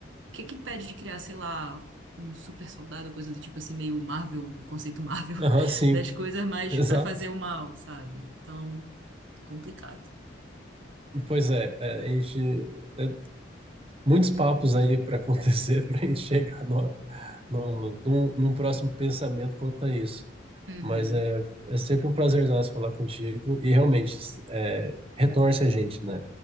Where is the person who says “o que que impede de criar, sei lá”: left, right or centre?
Right